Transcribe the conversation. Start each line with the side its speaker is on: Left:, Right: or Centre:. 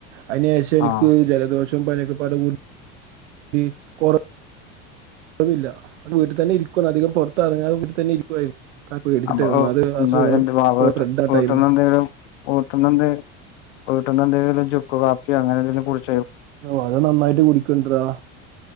Right: അയിനെഷം എനിക്ക്
Left: ആഹ്
Right: ജലദോഷം പനൊക്കെ പടെ കൂടി കൊറ കുഴപ്പില്ല ഇവടെ വീട്ടിൽ തന്നെ ഇരിക്കുവ അധികം പുറത്തിറങ്ങാതെ വീട്ടിൽ തന്നെ ഇരിക്കുവായിരുന്നു. കാരണം പേടിച്ചിട്ടേ
Left: അപ്പൊ
Right: ഒന്നാമത്
Left: എന്താ
Right: അസുഖങ്ങൾ
Left: എന്റെ വാ
Right: ഇപ്പൊ
Left: വ വട്ട
Right: സ്പ്രെഡ് ആ
Left: വീട്ടന്ന്ന്തെും
Right: ടൈമാണ്
Left: വീട്ടന്ന് എന്ത വീട്ടന്ന് എന്തെങ്കിലും ചുക്ക്ു കാപ്പിയെന്തെങ്കും കൂടി-
Right: ഓ അതെ നന്നായിട്ട് കുടിക്കണ്ടടാ